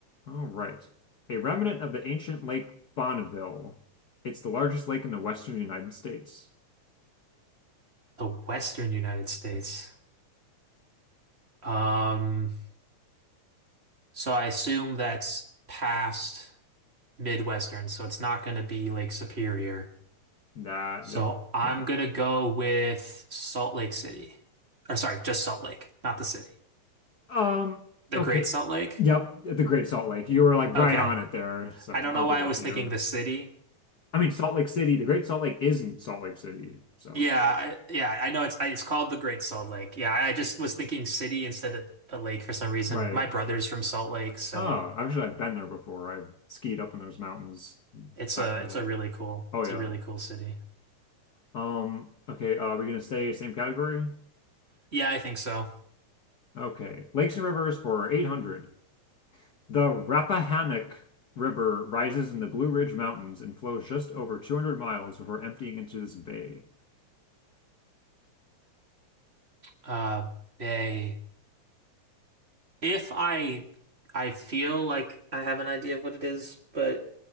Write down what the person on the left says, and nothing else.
All right. A remnant of the ancient Lake Bonneville. It's the largest lake in the western United States.
That,
yep.
<laughs>
Um,
okay.
Yep, the Great Salt Lake. You were like right
on it there, so
I'll
give
that
to you.
I mean, Salt Lake City, the Great Salt Lake is in Salt Lake City, so
right.
Oh, actually, I've been there before. I skied up in those mountains
back
in
the day.
Oh
yeah.
Um, okay, uh, we're gonna stay same category?
Okay. Lakes and rivers for 800. The Rappahannock River rises in the Blue Ridge Mountains and flows just over 200 miles before emptying into this bay.